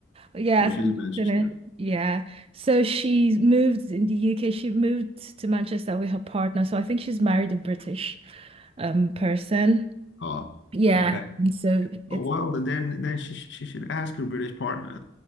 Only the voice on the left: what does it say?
Oh, she's
in
Manchester.
Oh,
okay.
Oh, well, then then then she she should ask her British partner